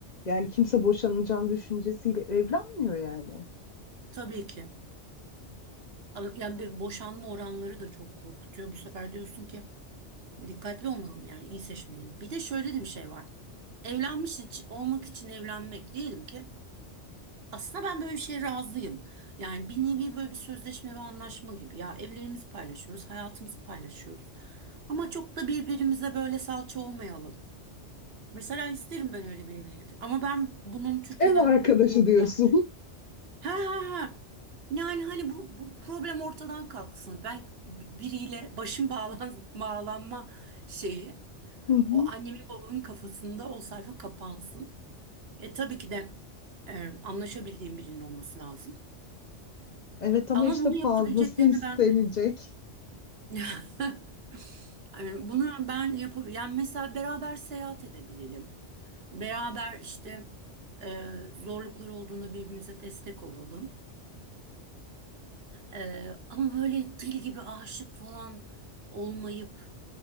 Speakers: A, on the left; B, on the right.
A: Yani kimse boşanacağım düşüncesiyle evlenmiyor yani.
B: Tabii ki. Ama Yani bir boşanma oranları da çok korkutuyor. Bu sefer diyorsun ki dikkatli olmalım yani iyi seçmeliyim. Bir de şöyle de bir şey var. Evlenmiş iç- olmak için evlenmek diyelim ki Aslında ben böyle bir şeye razıyım. Yani bir nevi böyle bir sözleşme ve anlaşma gibi. Ya evlerimizi paylaşıyoruz, hayatımızı paylaşıyoruz. Ama çok da birbirimize böyle salça olmayalım. Mesela isterim ben öyle bir evlilik. Ama ben bunun Türkiye'de
A: Ev arkadaşı
B: mümkün olacağını
A: diyorsun.
B: düşünüyorum. Ha ha ha. Yani hani bu, bu problem ortadan kalksın. Ben bi- biriyle başım bağlan, <laughs> bağlanma şeyi
A: <laughs> Hı hı.
B: o annemin babamın kafasında o sayfa kapansın. E tabii ki de e, anlaşabildiğim birinin olması lazım.
A: Evet ama
B: Ama
A: işte
B: bunu yapabileceklerini
A: fazlası istenecek.
B: ben <laughs> yani bunu ben yapab yani mesela beraber seyahat edebilelim. Beraber işte e, zorlukları olduğunda birbirimize destek olalım. E, ama böyle dil gibi aşık falan olmayıp